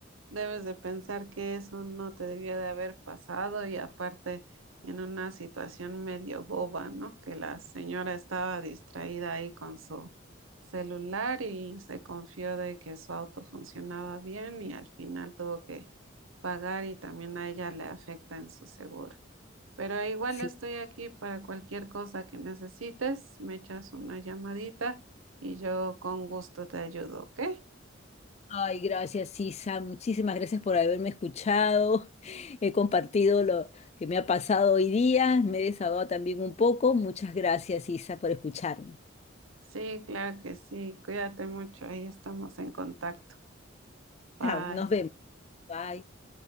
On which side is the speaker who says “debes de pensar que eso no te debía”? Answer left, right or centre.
Right